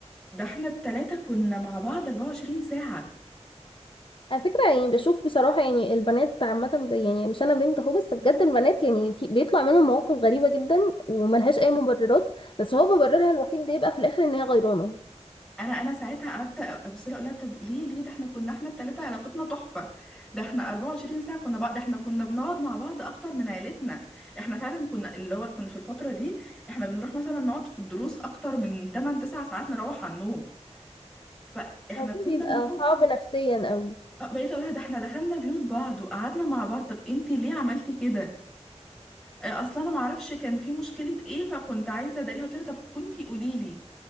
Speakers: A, in the centre; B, on the left.
A: ده احنا التلاتة كنا مع بعض 24 ساعة
B: على فكرة يعني بشوف بصراحة يعني البنات عامة يعني مش أنا بنت أهو بس بجد البنات يعني في بيطلع منهم مواقف غريبة جدا وملهاش أي مبررات بس هو مبررها الوحيد بيبقى في الآخر إن هي غيرانة
A: انا انا ساعتها قعدت ابص لها اقول لها طب ليه ليه ده احنا كنا احنا التلاتة علاقتنا تحفة ده احنا 24 ساعة كنا بعض ده احنا كنا بنقعد مع بعض اكتر من عيلتنا احنا فعلا كنا اللي هو كنا في الفترة دي احنا بنروح مثلا نقعد في الدروس اكتر من 8 9 ساعات نروح على النوم فاحنا
B: الموضوع
A: كنا
B: بيبقى
A: بنقعد
B: صعب نفسيا أوي
A: اه، بقيت اقول لها ده احنا دخلنا بيوت بعض وقعدنا مع بعض طب انتي ليه عملتي كده اه، اصلا انا معرفش كان في مشكلة ايه فكنت عايزة اداريها قلت لها طب كنتي قوليلي